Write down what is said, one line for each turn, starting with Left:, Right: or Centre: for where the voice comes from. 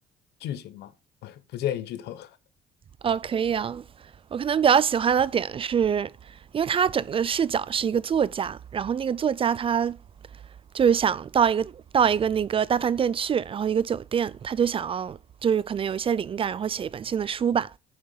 Left: 剧情吗？<laughs> 不建议剧透。
Right: 哦，可以啊。我可能比较喜欢的点是，因为它整个视角是一个作家，然后那个作家他就是想到一个到一个那个大饭店去，然后一个酒店，他就想要就是可能有一些灵感，然后写一本新的书吧。